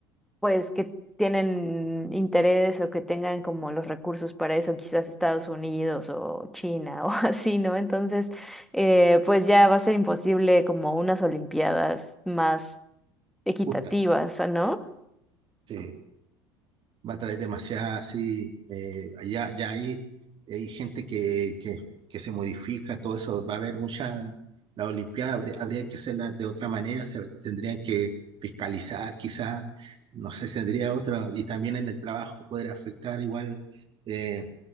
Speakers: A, in the centre; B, on the right (about 40°).
A: pues que tienen interés o que tengan como los recursos para eso, quizás Estados Unidos o China o <laughs> así, ¿no? Entonces, eh, pues ya va a ser imposible como unas olimpiadas más equitativas,
B: justa.
A: ¿no?
B: que va a traer demasiada, así, eh, ya, ya hay, hay gente que, que, que se modifica, todo eso, va a haber mucha, la Olimpiada habría, habría que hacerla de otra manera, se tendrían que fiscalizar quizás, no sé, sería otra, y también en el trabajo poder afectar igual. eh,